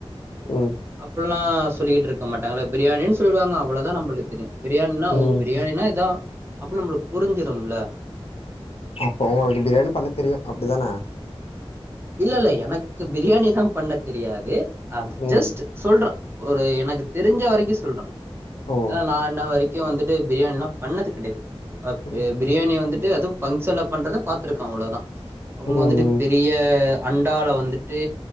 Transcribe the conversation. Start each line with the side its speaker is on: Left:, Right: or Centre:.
Left: ம்
Right: அப்ப அப்டிலா சொல்லிகிட்டு இருக்க மாட்டாங்கல்ல பிரியாணின் சொல்வாங்க அவ்வளோதா நம்பளுக் தெரியு பிரியாணின்னா
Left: ம்
Right: ஓ பிரியாணின்னா
Left: ம்.
Right: இதா அப்போ நம்மளுக் புருஞ்சுரும்ல
Left: அப்போ உங்களுக்கு பிரியாணி பண்ண தெரியு அப்டிதான
Right: இல்ல இல்ல எனக்கு பிரியாணிலாம் பண்ண தெரியாது அ
Left: ம்
Right: ஜெஸ்ட்டு சொல்ற ஒரு எனக்கு தெருஞ்ச வரைக்கு சொல்ற
Left: ஓ
Right: ஆ நா இன்ன வரைக் இங்க வந்துட்டு பிரியாணில்லா பண்ணது கெடையாது அப்ப
Left: ம்
Right: பிரியாணி வந்துட்டு அது பங்சன்ல பன்றத பாத்துருக்கோ அவ்வளோதா அவங்க
Left: ம்
Right: வந்துட்டு பெரிய அண்டால வந்துட்டு